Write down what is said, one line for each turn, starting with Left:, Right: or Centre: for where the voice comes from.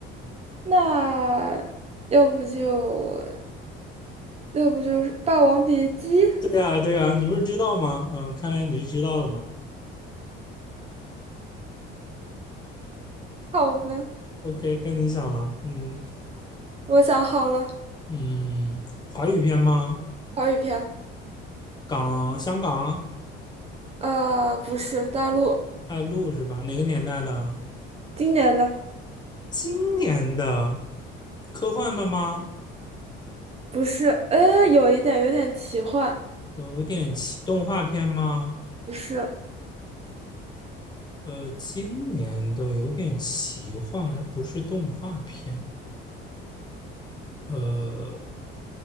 Right: 那要不就要不就是《霸王别姬》，
Left: 对啊，对啊，你不是知道吗？嗯，看来你是知道的嘛。
Right: <laughs> 好吧，
Left: OK，该你讲了。嗯
Right: 我想好了，
Left: 嗯，华语片吗？
Right: 华语片，
Left: 港、香港、
Right: 呃，不是大陆
Left: 大陆是吧？哪个年代的？
Right: 今年的，
Left: 今年的，科幻的吗？
Right: 不是，哎，有一点有点奇幻，
Left: 有点奇动画片吗？
Right: 不是
Left: 呃，今年的有点奇幻，还不是动画片。呃，